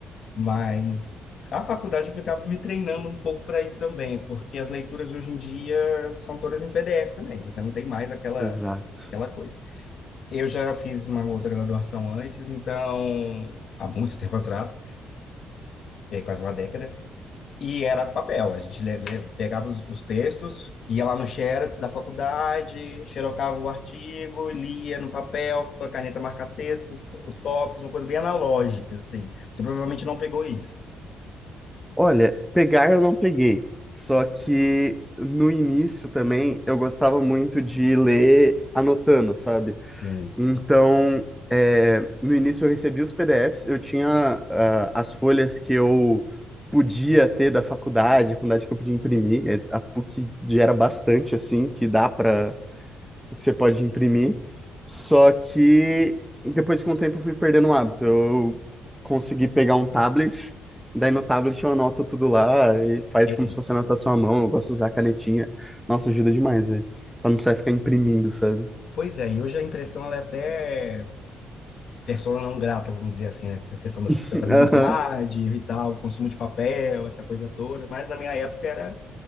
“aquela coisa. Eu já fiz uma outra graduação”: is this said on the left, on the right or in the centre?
Left